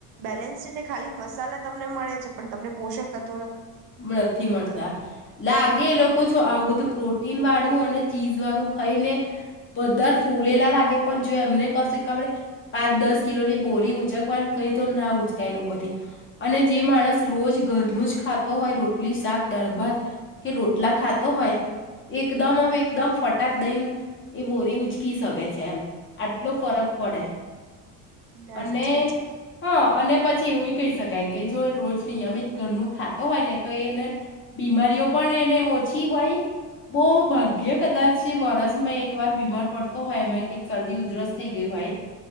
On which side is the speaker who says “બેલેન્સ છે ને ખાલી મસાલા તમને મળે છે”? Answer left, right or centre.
Right